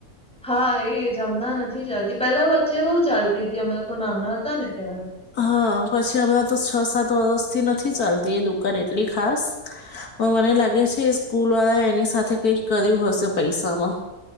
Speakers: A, in the centre; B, on the left.
A: હા, એ જ હમણાં નથી ચાલતી, પેલા વચ્ચે બહુ ચાલતી હતી, અમે લોકો નાના હતા ને ત્યારે.
B: હા, પછી હમણાં તો છ સાત વર્ષથી નથી ચાલતી, એ દુકાન એટલી ખાસ પણ મને લાગે છે, એ સ્કૂલ વાળાએ એની સાથે કઈ કર્યું હશે પૈસામાં.